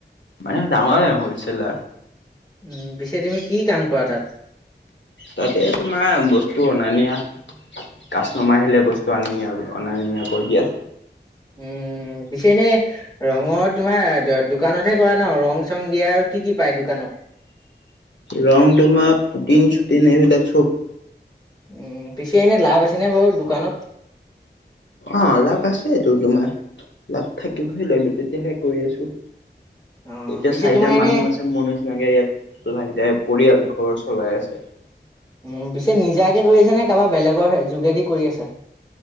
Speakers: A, on the left; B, on the left.
A: মানে ডাঙৰে হ'লছেলাৰ।
B: উম, পিছে তুমি কি কাম কৰা তাত?
A: তাতে তোমাৰ বস্তু অনা নিয়া। কাষ্টমাৰ আহিলে বস্তু আনি নিয়া, অনা নিয়া কৰি দিয়া।
B: উম, পিছে এনে ৰঙৰ তোমাৰ দোকানতহে কৰা ন', ৰং চং দিয়া আৰু কি কি পায় দোকানত?
A: ৰং তোমাৰ পুটিন চুটিন এইবিলাক চব
B: উম, পিছে এনে লাভ আছেনে বাৰু দোকানত?
A: অ' লাভ আছেতো তোমাৰ, লাভ থাকিবই লাগিব তেতিয়াহে কৰি আছোঁ।
B: অ
A: এতিয়া
B: পিছে
A: চাৰিটা
B: তোমাৰ
A: মানুহ
B: এনে
A: আছে মোৰ নিচিনাকে ইয়াত চাৰিটাই পৰিয়াল ঘৰ চলাই আছে।
B: উম, পিছে নিজাকে কৰি আছে নে কাৰোবাৰ বেলেগৰ যোগেদি কৰি আছে?